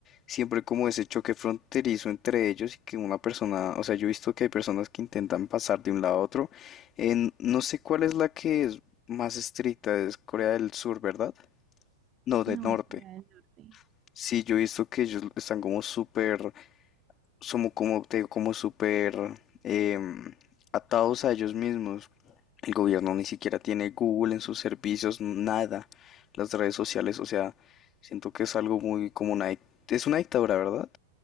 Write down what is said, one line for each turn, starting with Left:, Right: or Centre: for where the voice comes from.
Left: siempre como ese choque fronterizo entre ellos y que una persona, o sea, yo he visto que hay personas que intentan pasar de un lado a otro. En, no sé cuál es la que es más estricta, es Corea del Sur, ¿verdad? No,
Right: No,
Left: del norte.
Right: es Corea del Norte.
Left: Sí, yo he visto que ellos están como súper somos como, te digo, como súper em, atados a ellos mismos. El gobierno ni siquiera tiene Google en sus servicios, nada. Las redes sociales, o sea, siento que es algo muy como una... dic- Es una dictadura, ¿verdad?